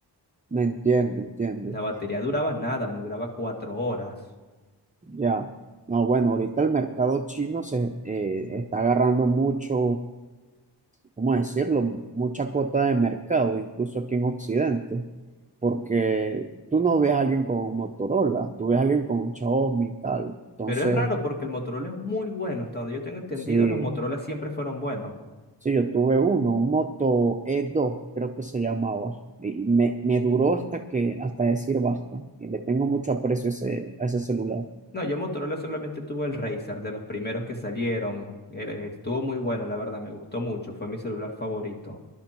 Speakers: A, on the right (about 20°); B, on the left (about 20°).
A: Me entiendo, entiendo.
B: La batería duraba nada, me duraba cuatro horas.
A: Ya. No, bueno, ahorita el mercado chino se eh, está agarrando mucho, ¿cómo decirlo? Mucha cuota de mercado, incluso aquí en Occidente, porque tú no ves a alguien con un Motorola, tú ves a alguien con un Xiaomi y tal. Entonces,
B: Pero es raro porque el Motorola es muy bueno, hasta donde yo tengo entendido,
A: sí,
B: los Motorola siempre fueron buenos.
A: sí, yo tuve uno, un Moto e dos creo que se llamaba, y me, me duró hasta que, hasta decir basta, y le tengo mucho aprecio a ese, a ese celular,
B: No, yo Motorola solamente tuve el Razer, de los primeros que salieron. Era- Estuvo muy bueno, la verdad, me gustó mucho, fue mi celular favorito.